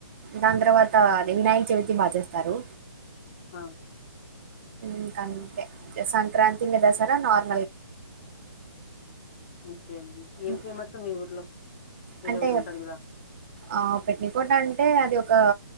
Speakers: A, on the right; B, on the left.
A: దాని తర్వాత అది వినాయక చవితి బా చేస్తారు.
B: అ
A: ఇంకంతే సంక్రాంతి, ఇంగ దసరా నార్.
B: ఇంకేండి ఏం
A: ఉమ్,
B: ఫేమస్ మీ ఊర్లో. ఏదో
A: అంటే
B: ఒకటి
A: ఇగ
B: ఉంటది కదా
A: ఆ పెట్నికోట అంటే అది ఒక.